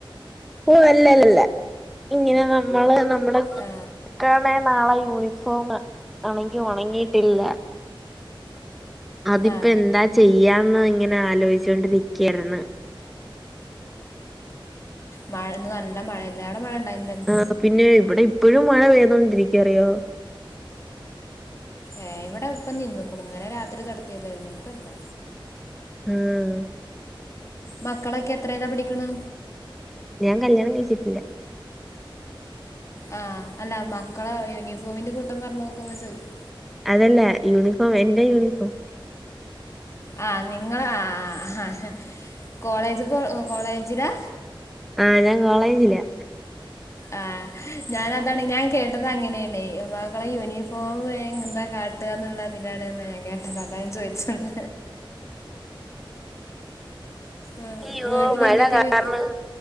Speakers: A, in the centre; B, on the left.
A: ഓ അല്ലല്ലല്ലല്ല ഇങ്ങനെ നമ്മള് നമ്മടെ ക്കാണെ
B: ആ
A: നാളെ യൂണിഫോം ആണങ്കി ഒണങ്ങിയിട്ടില്ല. അതിപ്പോ
B: ആ
A: എന്താ ചെയ്യാന്നിങ്ങനെ ആലോയിച്ചോണ്ടിരിക്കായിരുന്നു.
B: മഴ ഇന്ന് നല്ല മഴല്ലെ അവ്‌ടെ മഴ ഉണ്ടായിരുന്നില്ല
A: ആ പിന്നെ ഇവിടെ ഇപ്പോഴും മഴ പെയ്തോണ്ടിരിക്ക, അറിയാവോ?
B: ഏ ഇവിടെ ഇപ്പ നിന്നുകുണു ന്നലെ രാത്രി തൊട്ത്തിയതായിരുന്നു. ഇപ്പല്ലാ
A: ഊം
B: മക്കളൊക്കെ എത്രേല പഠിക്ക്ണ്?
A: ഞാൻ കല്യാണം കഴിച്ചിട്ടില്ല.
B: ആ അല്ല മക്കള യൂണിഫോമിന്റെ കൂട്ടം പറഞ്ഞു നോക്കുമ്പ ചോദിച്ചു
A: അതല്ല യൂണിഫോം എന്റെ യൂണിഫോം
B: ആ് നിങ്ങളെ ആ ആ ആ കോളേജ് പോ കോളേജിലാ
A: ആ ഞാൻ കോളേജിലാ
B: ആഹ് ഞാനതാണ് ഞാൻ കേട്ടത് അങ്ങനെയാണ് മക്കളെ യൂണിഫോം എന്താ കാട്ടാന്നുള്ളതിലാണ് ഞാൻ കേട്ടത് അതാ ചോദിച്ചത് ആഹ്
A: അയ്യോ
B: വീട്ടിലെന്തൊക്കെയാ
A: മഴ കാരണം
B: വി-